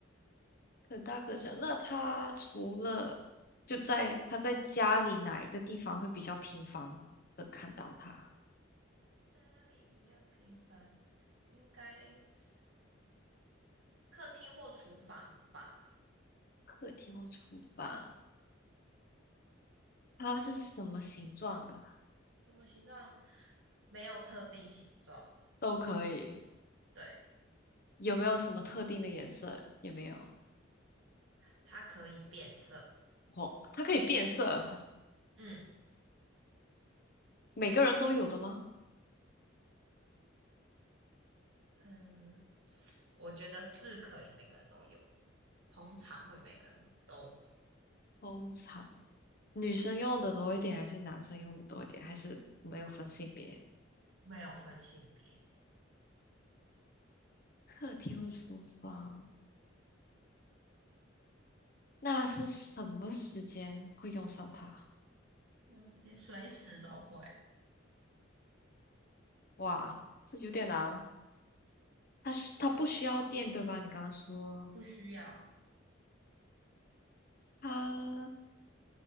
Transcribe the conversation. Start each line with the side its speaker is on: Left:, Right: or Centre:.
Left: 可大可小。那它除了就在它在家里哪一个地方会比较频繁的看到它？
Right: 哪里比较平凡，应该是客厅或厨房吧。
Left: 客厅或厨房？它是什么形状的？
Right: 什么形状？没有特定形状，
Left: 都可以。
Right: 对，
Left: 有没有什么特定的颜色？也没有。
Right: 它可以变色。
Left: 哦，它可以变色，
Right: 嗯。
Left: 每个人都有的吗？
Right: 嗯，是，我觉得是可以每个人都有，的，通常会每个人都有，
Left: 通常女生用的多一点，还是男生用的多一点，还是没有分性别？
Right: 没有分性别，
Left: 客厅和厨房，那是什么时间会用上它？
Right: 没有时间，随时都会，
Left: 哇，这有点难哦。它是它不需要电，对吧？你刚刚说
Right: 不需要，
Left: 它